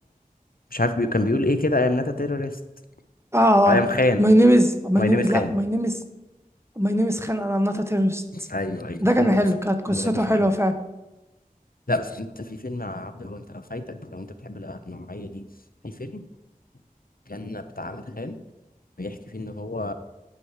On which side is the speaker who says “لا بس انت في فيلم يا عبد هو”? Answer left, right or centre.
Left